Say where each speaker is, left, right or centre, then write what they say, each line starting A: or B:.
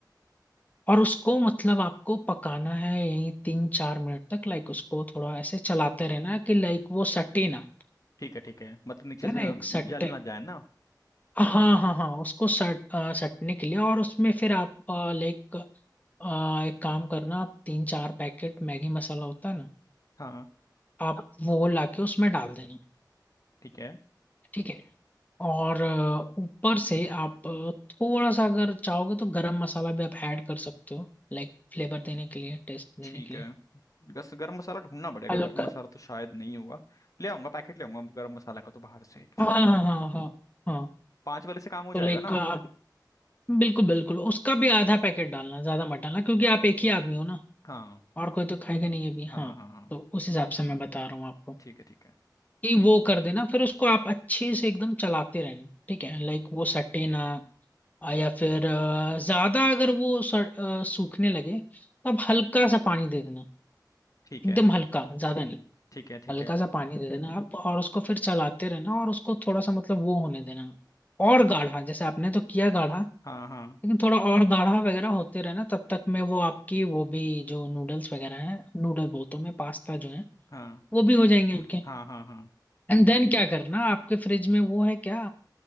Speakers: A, on the left; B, on the left.
A: और उसको मतलब आपको पकाना है यही तीन चार मिनट तक लाइक उसको थोड़ा ऐसे चलाते रहना है कि लाइक वो सटे ना
B: ठीक है ठीक है मतलब नीचे
A: है ना
B: से
A: एक सट्टे
B: जल ना जाए ना
A: हाँ हाँ हाँ उसको सट अ, सटने के लिए और उसमें फिर आप लाइक एक काम करना आप तीन चार पैकेट मैगी मसाला होता है ना
B: हाँ
A: आप वो लाके उसमें डाल देना
B: ठीक है
A: ठीक है और अ, ऊपर से आप अ, थोड़ा सा अगर चाहोगे तो गरम मसाला भी आप ऐड कर सकते हो लाइक फ्लेवर देने के लिए टेस्ट देने
B: ठीक
A: के लिए
B: है गस गरम मसाला ढूंढना पड़ेगा
A: हल्का
B: गरम मसाला तो शायद नहीं होगा ले आऊंगा पैकेट ले आऊंगा गरम मसाला का तो बाहर से एक छोटा
A: हाँ
B: सा
A: हाँ हाँ हाँ हाँ
B: पाँच वाले से काम हो जाएगा
A: तो लाइक
B: ना
A: आप बिल्कुल बिल्कुल उसका भी आधा पैकेट डालना ज्यादा मत डालना क्योंकि आप एक ही आदमी हो ना
B: हाँ
A: और कोई तो खाएगा नहीं अभी
B: हाँ
A: हाँ
B: हाँ हाँ
A: तो उस हिसाब से मैं बता रहा हूँ आपको
B: ठीक है ठीक है
A: कि वो कर देना फिर उसको आप अच्छे से एकदम चलाते रहना ठीक है लाइक वो सटे ना आ, या फिर अ, ज्यादा अगर वो स- अ, सूखने लगे तो आप हल्का सा पानी दे देना
B: ठीक
A: एकदम
B: है
A: हल्का ज्यादा नहीं
B: ठीक है ठीक
A: हल्का
B: है
A: सा पानी दे देना आप और उसको फिर चलाते रहना और उसको थोड़ा सा मतलब वो होने देना और गाढ़ा जैसे आपने तो किया गाढ़ा
B: हाँ हाँ
A: लेकिन थोड़ा और गाढ़ा वगैरह होते रहे ना तब तक में वो आपकी वो भी जो नूडल्स वगैरह हैं नूडल बोलता हूँ मैं पास्ता जो है
B: हाँ
A: वो भी हो जाएंगे आपके
B: हाँ हाँ हाँ
A: एंड देन क्या करना आपके फ्रिज में वो है क्या